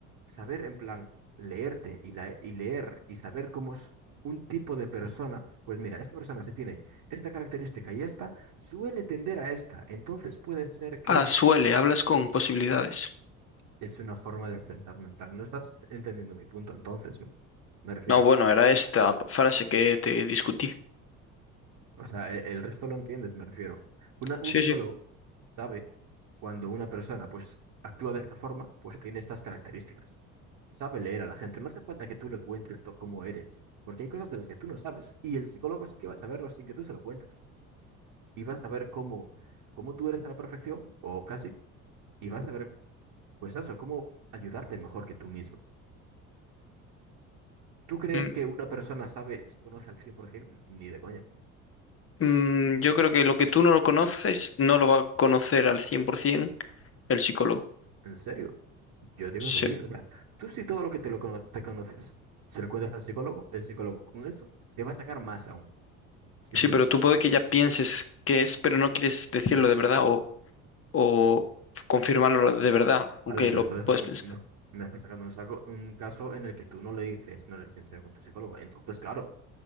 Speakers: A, on the right; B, on the left.
A: saber en plan leerte y, la- y leer y saber cómo es un tipo de persona, pues mira, esta persona si tiene esta característica y esta, suele tender a esta. Entonces puede ser que
B: ah, suele, hablas con posibilidades.
A: es una forma de expresarme, en plan, no estás entendiendo mi punto entonces, ¿no? Me refiero.
B: No, bueno, era esta p- frase que te discutí.
A: O sea, e- el, resto lo entiendes, me refiero. Una- un
B: Sí,
A: psicólogo
B: sí.
A: sabe cuando una persona pues actúa de esta forma, pues tiene estas características. Sabe leer a la gente, no hace falta que tú le cuentes to- cómo eres, porque hay cosas de las que tú no sabes y el psicólogo sí que va a saberlo sin que tú se lo cuentes. Y va a saber cómo, cómo tú eres a la perfección, o casi, y va a saber, pues eso, cómo ayudarte mejor que tú mismo. ¿Tú crees
B: Mm,
A: que una persona sabe, se conoce al 100%? Ni de coña.
B: Mm, yo creo que lo que tú no lo conoces no lo va a conocer al 100% el psicólogo.
A: ¿En serio? Yo digo
B: Sí,
A: que sí. O sea, tú si todo lo que te lo cono- te conoces, se lo cuentas al psicólogo, el psicólogo con eso te va a sacar más aún, sin
B: sí,
A: duda.
B: pero tú puede que ya pienses qué es, pero no quieres decirlo de verdad o, o confirmarlo de verdad, aunque
A: Vale, pero
B: lo
A: entonces
B: puedes
A: m-
B: pensar.
A: me, me estás sacando un, saco, un caso en el que tú no le dices, no eres sincero con tu psicólogo. Entonces, claro,